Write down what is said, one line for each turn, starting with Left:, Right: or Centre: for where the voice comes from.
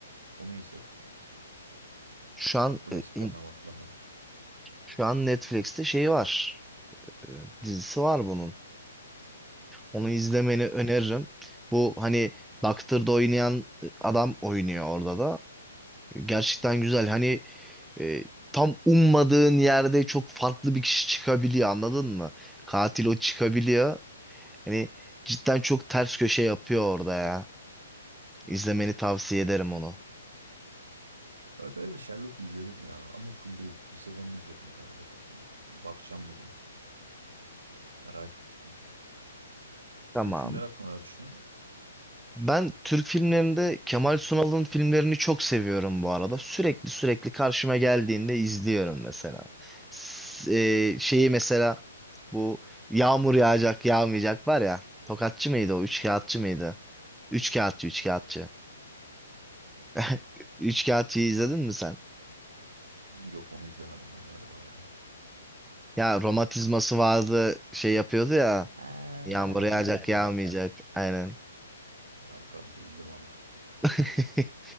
Right: Onu izledim.
Centre: Şu an
Right: Çok
Centre: e,
Right: eskiden
Centre: in-
Right: ama hatırlamıyorum.
Centre: şu an Netflix'te şeyi var. E, Dizisi var bunun. Onu izlemeni öneririm. Bu hani Doctor'da oynayan e, adam oynuyor orada da. Gerçekten güzel. Hani e, tam ummadığın yerde çok farklı bir kişi çıkabiliyor anladın mı? Katil o çıkabiliyor. Hani cidden çok ters köşe yapıyor orada ya. İzlemeni tavsiye ederim onu.
Right: Ben galiba Sherlock'u izledim ya ama full değil. Bir sezonunu izledim galiba. Dur, bakacağım bugün. Merak ettim.
Centre: Tamam.
Right: Türk filmleri hakkında ne düşünüyorsun?
Centre: Ben Türk filmlerinde Kemal Sunal'ın filmlerini çok seviyorum bu arada. Sürekli sürekli karşıma geldiğinde izliyorum mesela. S- e, şeyi mesela bu yağmur yağacak yağmayacak var ya. Tokatçı mıydı o? Üç kağıtçı mıydı? Üç kağıtçı, üç kağıtçı. <laughs> Üç kağıtçıyı izledin mi sen?
Right: Yok onu izlemedim ben galiba ya.
Centre: Ya romatizması vardı şey yapıyordu ya.
Right: Ha,
Centre: Yağmur Evet, yağacak
Right: biliyorum
Centre: evet.
Right: tamam.
Centre: yağmayacak. Aynen.
Right: Tamam tamam bildim onu.
Centre: <laughs>